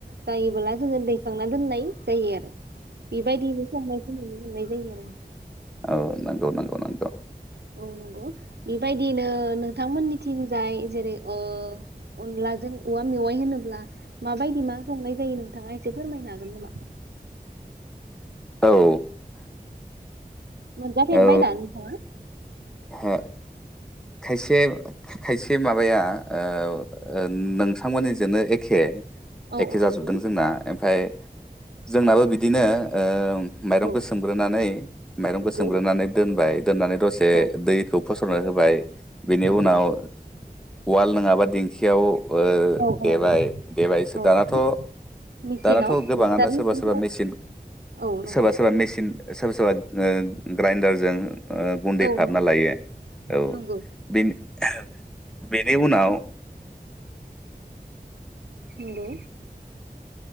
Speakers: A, on the right; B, in the centre.
A: जायोबोब्ला जोङो दैखांना दोननाय जायो आरो। बेबायदिनो संनायखौ नुनो मोननाय जायो आरो। द।
B: औ मोन नांगौ-नांगौ-नांगौ।
A: औ नंगौ बेबायदिनो नोंथांमोननिथिंजाय जेरै ओ अनलाजों औवा मेवाइ होनोब्ला माबायदि मा संनाय जायो नोंथाङा एसे फोरमायनो हागोन नामा?
B: औ <unintelligible>
A: मोनजाफेरबाय
B: औ ओ
A: दा नोंथाङा
B: हा खायसेब खायसे माबाया ओ ओ नोंथांमोननिजोंनो एखे
A: औ
B: एखे
A: औ
B: जाजोबदों
A: नंगौ
B: जोंना एमफाय जोंनाबो बिदिनो ओम माइरंखो
A: औ
B: सोमग्रोनानै माइरंखो
A: नंगौ
B: सोमग्रोनानै दोनबाय दोननानै दसे
A: औ
B: दैखौ फोसरनो होबाय बेनि
A: नंगौ
B: उनाव
A: नंगौ
B: वाल नङाबा दिंखियाव ओ
A: औ
B: देबाय
A: औ
B: देबायसो
A: औ
B: दानाथ'
A: नंगौ मेचिनाव
B: दानाथ' गोबाङानो
A: मिक्सार
B: सोरबा-सोरबा
A: मेचिनफोराव
B: मेसिन
A: औ नंगौ
B: सोरबा-सोरबा मेसिन सोरबा सोरबा ओ ग्राइनडारजों ओ गुन्दै
A: औ
B: खामना
A: नंगौ
B: लायो औ
A: नंगौ
B: बिन <unintelligible> बिन बे उनाव
A: नंगौ